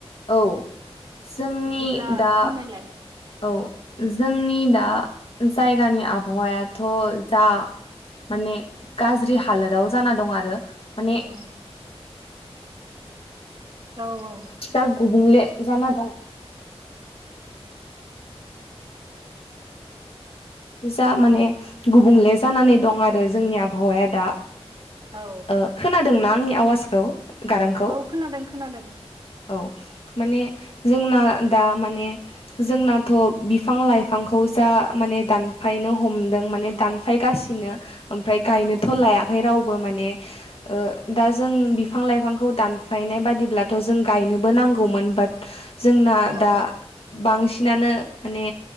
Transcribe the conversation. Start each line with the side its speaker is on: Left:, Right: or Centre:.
Left: औ जोंनि
Right: बिदिब्ला
Left: दा
Right: फोरमायलाय
Left: औ जों आंनि दा जायगानि आबहावायाथ जा माने गाज्रि हालोदाव जाना दं आरो माने
Right: औ। औ औ
Left: जा गुबुंले जाना दं। जा माने
Right: औ
Left: गुबुंले जानानै दं आरो जोंनि आबहावाया दा।
Right: औ
Left: ओ खोनादोंना आंनि आवाजखौ? गारांखौ
Right: औ खोनादों खोनादों।
Left: औ माने जोंना दा माने जोंनाथ बिफां लाइफांखौ जा माने दानफायनो हमदों माने दानफायगासिनो ओमफ्राय गायनोथ
Right: औ
Left: लायाखै रावबो माने ओ दा जों बिफां लाइफांखौ दानफायनाय बादिब्लाथ जों गायनोबो नांगौमोन। बाट जोंना
Right: औ
Left: दा बांसि नानो माने